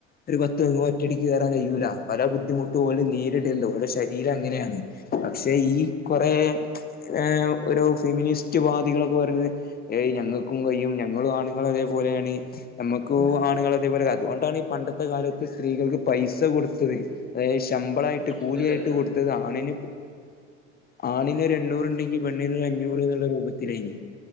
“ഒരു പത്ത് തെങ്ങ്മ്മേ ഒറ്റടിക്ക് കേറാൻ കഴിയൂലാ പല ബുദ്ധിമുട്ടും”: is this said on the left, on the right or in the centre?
Left